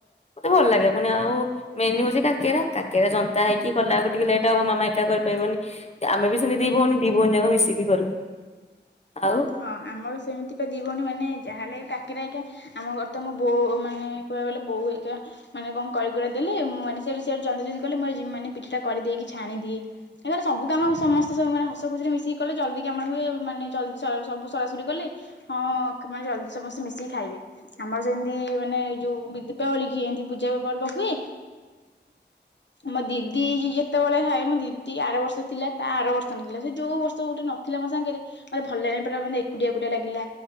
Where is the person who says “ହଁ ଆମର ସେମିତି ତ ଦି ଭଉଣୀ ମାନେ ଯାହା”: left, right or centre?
Left